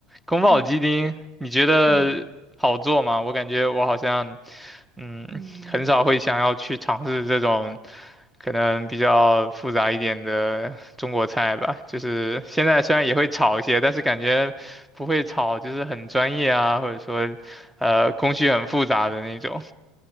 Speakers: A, in the centre; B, on the right.
A: 宫保鸡丁，
B: 对，
A: 你觉得好做吗？
B: 嗯
A: 我感觉我好像，嗯，
B: 嗯，
A: 很少会想要去尝试这种可能比较复杂一点的中国菜吧。就是现在虽然也会炒一些，但是感觉不会炒，就是很专业啊，或者说，呃，工序很复杂的那种。